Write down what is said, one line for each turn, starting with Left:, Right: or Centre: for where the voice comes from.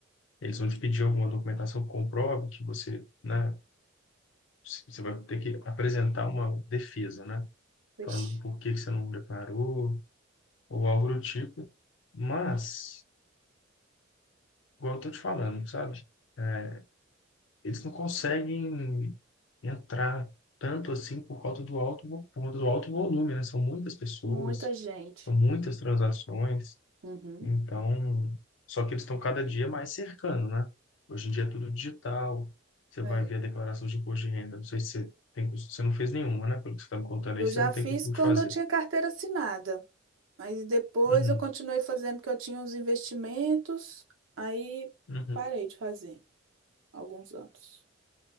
Left: Eles vão te pedir alguma documentação que comprove que você, né, c- você vai ter que apresentar uma defesa, né,
Right: Vixe,
Left: falando por que que você não declarou ou algo do tipo. Mas, igual eu tô te falando, sabe? É, Eles não conseguem entrar tanto assim por conta do alto, vo- por conta do alto volume, né? São muitas pessoas,
Right: muita gente.
Left: são muitas transações.
Right: Uhum.
Left: Então, só que eles estão cada dia mais cercando, né? Hoje em dia é tudo digital. Você
Right: É.
Left: vai ver a declaração de imposto de renda. Não sei se você tem, cos- você não fez nenhuma, né? Pelo que você está me contando
Right: Eu
Left: aí, você
Right: já
Left: não
Right: fiz
Left: tem costume
Right: quando
Left: de fazer.
Right: eu tinha carteira assinada. Aí depois
Left: Uhum,
Right: eu continuei fazendo porque eu tinha uns investimentos, aí
Left: uhum.
Right: parei de fazer alguns anos.